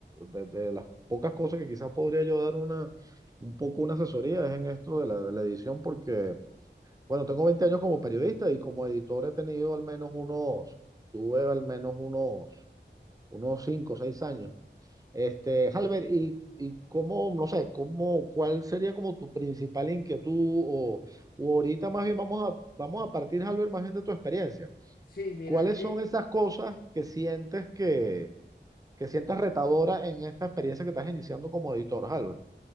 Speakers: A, on the right; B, on the left.
A: de, de las pocas cosas que quizás podría yo dar una, un poco una asesoría es en esto de la, de la edición, porque, bueno, tengo 20 años como periodista y como editor he tenido al menos unos, tuve al menos unos, unos 5, o 6 años Este, Halber, y, y cómo, no sé, cómo, cuál sería como tu principal inquietud o, o ahorita más bien vamos a, vamos a partir, Halber, más bien de tu experiencia.
B: Sí, mira
A: ¿Cuáles
B: que
A: son esas cosas que sientes que, que sientes retadora en esta experiencia que estás iniciando como editor, Halber?